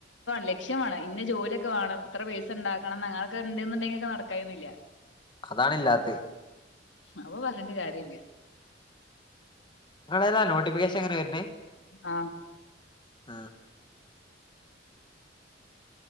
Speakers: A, on the left (about 90°); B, on the left (about 25°).
A: ലക്ഷ്യം വേണം, ഇന്ന ജോലി ഒക്കെ വേണം, എത്ര പൈസ ഉണ്ടാക്കണം, അങ്ങനെയൊക്കെ ഉണ്ട് എന്നുണ്ടെങ്കിൽ നടക്കായി ഇല്ല.
B: അതാണില്ലാത്തത്.
A: അപ്പൊ പറഞ്ഞിട്ട് കാര്യം ഇല്ല.
B: നിങ്ങളെലാ നോട്ടിഫിക്കേഷൻ എങ്ങനെ വരുന്നേ?
A: ആഹ്.
B: ആഹ്